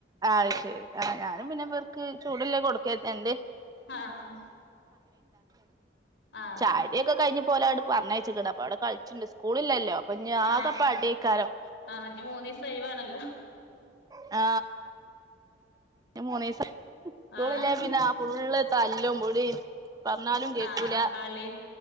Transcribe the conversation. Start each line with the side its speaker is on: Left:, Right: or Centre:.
Right: ആ അഹ് ശരി ആ ഞാനും പിന്നെ പേർക്ക് ചൂട്ല്ലേ കൊടുക്കത്ത എണ്ട്
Left: ആ അ ആഹ്
Right: ചായുടിയൊക്കെ കഴിഞ്ഞ് പ്പോലെണ്ട് പറഞ്ഞയ്ച്ച്ക്ണ് അപ്പൊ അവിടെ കൾച്ചിണ്ട് സ്കൂളില്ലല്ലോ ഇനി ആകെ
Left: ആഹ
Right: പടിയേക്കാരം
Left: ആഹ് ഇനി മൂന്നീസം ഒയ് വാണല്ലോ
Right: ആ ഇനി മൂന്നീസം സ്കൂളില്ലേ
Left: ആഹ്
Right: പിന്നെ അ ഫുള്ള് തല്ലും പുടിം പറഞ്ഞാലും കേക്കൂല
Left: ആഹ് കളി